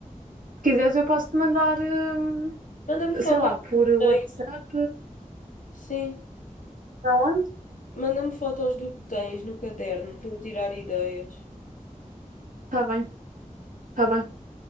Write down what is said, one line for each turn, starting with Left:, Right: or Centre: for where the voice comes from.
Right: se quiseres, eu posso te mandar, hum,
Left: Manda-me fotos
Right: sei lá, por
Left: do que
Right: WhatsApp.
Left: tens. Sim,
Right: Para onde?
Left: manda-me fotos do que tens no caderno para eu tirar ideias.
Right: Está bem, está bem.